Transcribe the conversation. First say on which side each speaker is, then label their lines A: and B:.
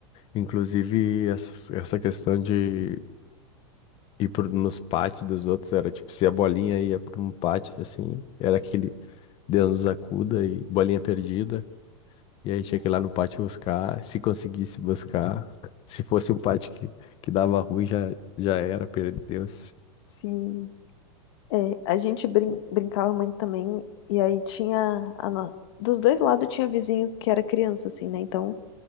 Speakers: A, on the left; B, on the left.
A: inclusive, essa, essa questão de ir por, nos pátios dos outros, era tipo, se a bolinha ia pra um pátio, assim, era aquele Deus nos acuda e bolinha perdida.
B: Sim,
A: E aí tinha que ir lá no pátio buscar, se conseguisse buscar. <laughs> Se fosse o pátio que, que dava ruim, já, já era, perdeu-se.
B: sim. É, a gente brin- brincava muito também, e aí tinha a no- dos dois lados tinha vizinho que era criança, assim, né? Então